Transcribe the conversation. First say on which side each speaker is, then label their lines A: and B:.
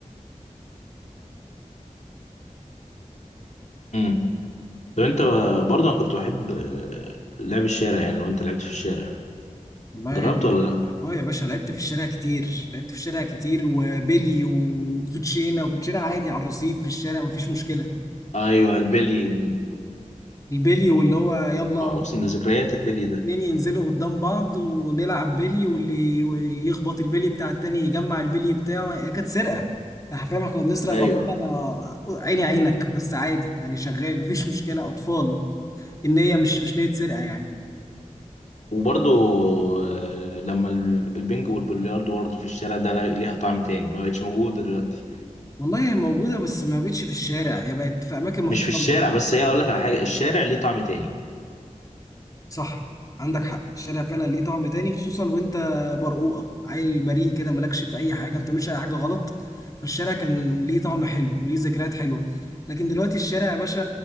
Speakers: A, on the left; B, on the left.
A: إمم. طب انت برضه انا كنت بحب آه، لعب الشارع يعني لو انت لعبت في الشارع
B: والله
A: جربت ولا لا
B: اه يا باشا لعبت في الشارع كتير لعبت في الشارع كتير وبيلي وكوتشينه وكوتشينه عادي على الرصيف في الشارع مفيش مشكلة
A: ايوه البلي
B: البيلي واللي هو يلا
A: اقسم بذكريات البلي ده
B: اتنين ينزلوا قدام بعض ونلعب بيلي واللي يخبط البيلي بتاع التاني يجمع البيلي بتاعه هي كانت سرقة حرفيا احنا كنا بنسرق
A: ايوه
B: بعضنا عيني عينك بس عادي يعني شغال مفيش مشكلة أطفال إن هي مش مش نية سرقة يعني
A: وبرضه آه، لما ال- البنج والبلياردو برضه في الشارع ده لا- ليها طعم تاني ما بقتش موجودة دلوقتي
B: والله هي موجودة بس ما بقتش في الشارع هي بقت في أماكن محترمة
A: مش في الشارع بس هي اقول لك على حاجة الشارع ليه طعم تاني
B: صح عندك حق الشارع فعلا ليه طعم تاني خصوصا وانت برقوقه عيل بريء كده مالكش في اي حاجه ما بتعملش اي حاجه غلط فالشارع كان ليه طعم حلو وليه ذكريات حلوه لكن دلوقتي الشارع يا باشا